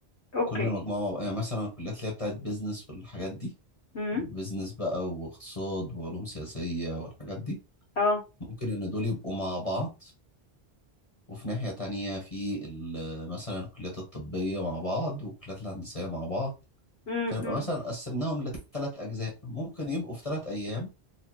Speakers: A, on the left; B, on the left.
A: اوكي
B: كل مجموعة مب- يعني مثلا الكليات اللي هي بتاعت بيزنس والحاجات دي
A: هم
B: بيزنس بقى واقتصاد وعلوم سياسية والحاجات دي
A: اه
B: ممكن إن دول يبقوا مع بعض وفي ناحية تانية في ال- مثلا الكليات الطبية مع بعض والكليات الهندسية مع بعض
A: هم
B: فنبقى
A: هم.
B: مثلا قسمناهم لثلاث أجزاء ممكن يبقوا في ثلاث أيام